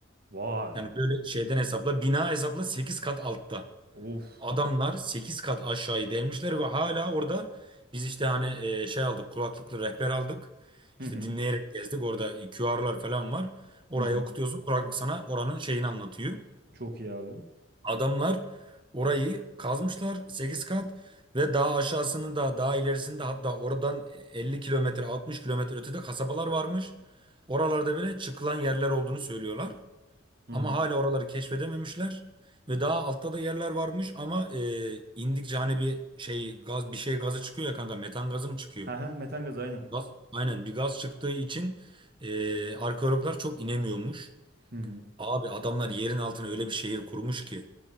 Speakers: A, on the right (about 50°); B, on the right (about 25°).
A: Vay.
B: Yani böyle şeyden hesapla bina hesapla 8 kat altta.
A: Of.
B: Adamlar 8 kat aşağıyı delmişler ve hala orada biz işte hani e, şey aldık kulaklıklı rehber aldık. İşte
A: Hı hı.
B: dinleyerek gezdik orada QR'lar falan var. Orayı
A: Hı hı.
B: okutuyorsun kulaklık sana oranın şeyini anlatıyor.
A: Çok iyi abi.
B: Adamlar orayı kazmışlar 8 kat ve daha aşağısını da daha ilerisini de hatta oradan 50 kilometre 60 kilometre ötede kasabalar varmış. Oralarda bile çıkılan yerler olduğunu söylüyorlar.
A: Hı hı.
B: Ama hala oraları keşfedememişler ve daha altta da yerler varmış ama e, indikçe hani bir şey gaz bir şey gazı çıkıyor ya kanka metan gazı mı çıkıyor?
A: Ha ha metan gazı aynen.
B: Gaz, aynen bir gaz çıktığı için e, arkeologlar çok inemiyormuş.
A: Hı hı.
B: Abi adamlar yerin altına öyle bir şehir kurmuş ki